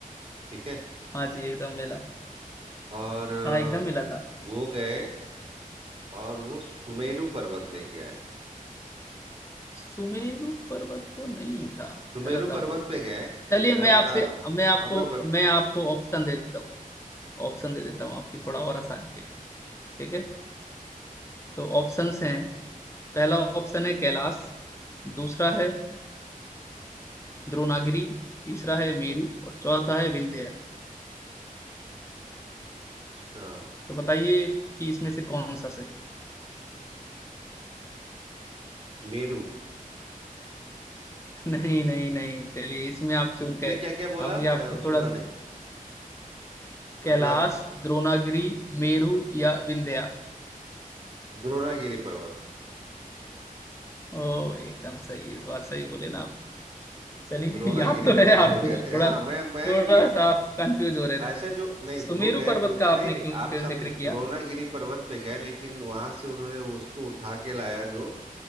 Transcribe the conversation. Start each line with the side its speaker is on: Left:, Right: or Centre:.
Right: ठीक है
Left: हाँ जी एकदम मिला
Right: और अ,
Left: हाँ एकदम मिला था
Right: वो गए और वो सुमेरु पर्वत लेके आए
Left: सुमेरु पर्वत तो नहीं था
Right: सुमेरु
Left: गलत आप
Right: पर्वत
Left: बोल
Right: पे
Left: रहे हैं
Right: गए
Left: चलिए
Right: मैं
Left: मैं
Right: बता
Left: आपसे मैं आपको
Right: हाँ मैं
Left: मैं आपको ऑप्शन दे देता हूँ ऑप्शन दे देता हूँ आपकी थोड़ा और आसानी के लिए ठीक है तो ऑप्शंस हैं पहला ऑप्शन है कैलाश दूसरा है द्रोणागिरी तीसरा है मेरु और चौथा है विंध्य
Right: बता
Left: तो बताइए कि इसमें से कौन सा सही
Right: मेरू
Left: <laughs> नहीं नहीं नहीं चलिए इसमें आप चूक गए
Right: क्या क्या बोला
Left: अभी
Right: मैं
Left: आपको
Right: सुना
Left: थोड़ा सा
Right: नहीं मतलब
Left: कैलाश द्रोणागिरी मेरु या विंध्या
Right: द्रोणागिरी पर्वत
Left: ओ एकदम सही इस बार सही बोले ना आप चलिए
Right: द्रोणागिरी
Left: <laughs> याद तो
Right: पर्वत
Left: है आपको थोड़ा
Right: हाँ
Left: थोड़ा
Right: मैं मैं ये
Left: सा आप कंफ्यूज हो रहे थे
Right: ऐसे जो नहीं
Left: सुमेरु
Right: वो गए
Left: पर्वत
Right: दो
Left: का आपने क्यों
Right: आप
Left: फिर
Right: समझे
Left: जिक्र
Right: द्रोणागिरी
Left: किया
Right: पर्वत पे गए लेकिन वहां से उन्होंने उसको उठा के लाया जो